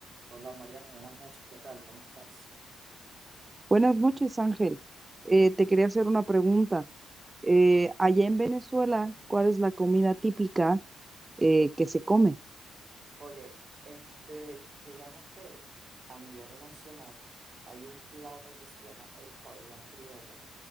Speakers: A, on the right (about 40°); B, on the right (about 20°).
A: Hola Mariano, buenas noches, ¿qué tal? ¿Cómo estás?
B: Buenas noches, Ángel. Eh, te quería hacer una pregunta. Eh, allá en Venezuela, ¿cuál es la comida típica eh, que se come?
A: Oye, este, digamos que a nivel nacional hay un plato que se llama el pabellón criollo.